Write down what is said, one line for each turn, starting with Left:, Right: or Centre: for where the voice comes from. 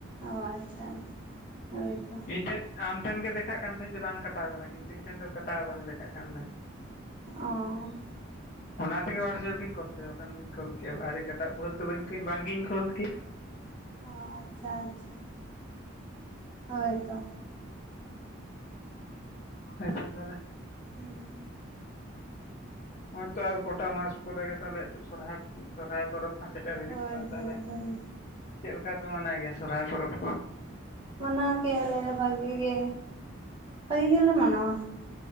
Right: ᱚᱻ ᱟᱪᱪᱷᱟ ᱟᱪᱪᱷᱟ᱾ ᱦᱳᱭᱛᱚ
Left: ᱤᱧ ᱴᱷᱮᱱ ᱟᱢ ᱴᱷᱮᱱ ᱜᱮ ᱫᱮᱠᱷᱟᱜ ᱠᱟᱱ ᱛᱟᱦᱮᱸᱫ ᱡᱮ ᱵᱟᱝ ᱠᱟᱴᱟᱣ ᱠᱟᱱᱟ, ᱠᱤᱱᱛᱩ ᱤᱧ ᱴᱷᱮᱱ ᱫᱚ ᱠᱟᱴᱟᱣ ᱟᱠᱟᱱᱟ ᱫᱮᱠᱷᱟᱜ ᱠᱟᱱ ᱛᱟᱦᱮᱸᱫ᱾
Right: ᱚᱸ᱾
Left: ᱚᱱᱟ ᱛᱮᱜᱮ ᱦᱳᱣᱟᱴᱥᱮᱯ ᱨᱮᱧ ᱠᱚᱞ ᱠᱮᱫᱟ, ᱵᱟᱠᱷᱟᱱ ᱵᱟᱹᱧ ᱠᱚᱞ ᱠᱮ ᱟᱨ ᱮᱴᱟᱜ ᱵᱟᱹᱫ ᱫᱚ ᱵᱟᱹᱧ ᱵᱟᱝ ᱜᱤᱧ ᱠᱚᱞ ᱠᱮᱭᱼᱟ
Right: ᱚ ᱟᱪᱪᱷᱟ ᱟᱪᱪᱷᱟ, ᱦᱳᱭ ᱛᱚ᱾
Left: ᱟᱪᱪᱷᱚ ᱛᱟᱦᱚᱞᱮ
Right: ᱦᱩᱸ᱾
Left: ᱦᱚᱸᱜᱚᱭ ᱛᱚ ᱟᱨ ᱠᱚᱴᱟ ᱢᱟᱥ ᱯᱚᱨᱮ ᱜᱮ ᱛᱟᱦᱚᱞᱮ ᱥᱚᱨᱦᱟᱭ ᱯᱚᱨᱚᱵᱽ ᱦᱚᱸ ᱥᱮᱴᱮᱨ ᱥᱮᱴᱮᱨ ᱦᱤᱡᱩᱜ
Right: ᱦᱳᱭ
Left: ᱛᱟᱦᱚᱞᱮ
Right: ᱦᱳᱭ ᱦᱳᱭ
Left: ᱪᱮᱫ ᱞᱮᱠᱟ ᱯᱮ ᱢᱟᱱᱟᱣ ᱜᱮᱭᱟ ᱥᱚᱦᱚᱨᱟᱭ ᱯᱚᱨᱚᱵ ᱠᱚ?
Right: ᱢᱟᱱᱟᱣ ᱠᱮᱭᱟ ᱞᱮ ᱵᱷᱟᱹᱜᱤ ᱜᱮ ᱵᱷᱟᱹᱜᱤ ᱜᱮᱞᱮ ᱢᱟᱱᱟᱣᱟ᱾